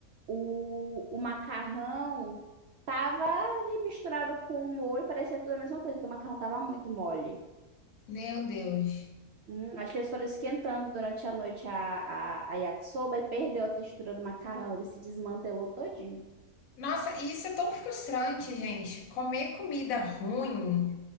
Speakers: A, on the right; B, on the left.
A: o, o macarrão tava ali misturado com o molho, parecia tudo a mesma coisa, que o macarrão tava muito mole.
B: Meu Deus.
A: Hum, acho que eles foram esquentando durante a noite a, a, a yakisoba e perdeu a textura do macarrão. Ele se desmantelou todinho.
B: Nossa, e isso é tão frustrante, gente. Comer comida ruim